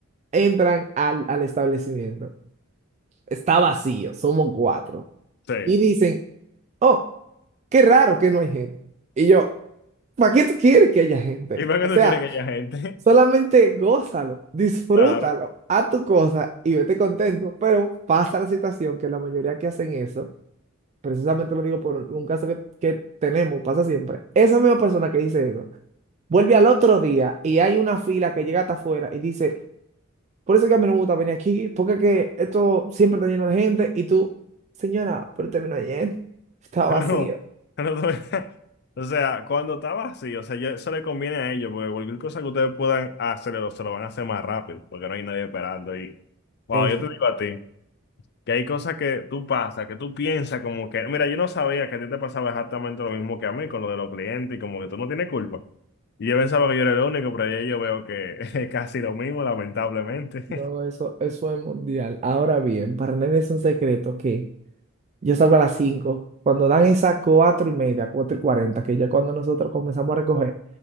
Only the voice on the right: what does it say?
entran al, al establecimiento, está vacío, somos cuatro
y dicen, oh, qué raro que no hay gente. Y yo, ¿para qué tú quieres que haya gente?
O
sea,
solamente gózalo, disfrútalo,
haz tu cosa y vete contento, pero pasa la situación que la mayoría que hacen eso, precisamente lo digo por un, un caso que, que tenemos, pasa siempre, esa misma persona que dice eso, vuelve al otro día y hay una fila que llega hasta afuera y dice, por eso es que a mí no me gusta venir aquí, porque es que esto siempre está lleno de gente y tú, señora, pero terminó ayer, estaba
vacío.
Es-
no, eso, eso es mundial. Ahora bien, para nadie es un secreto que yo salgo a las 5. Cuando dan esas cuatro y media, cuatro y 40, que ya cuando nosotros comenzamos a recoger,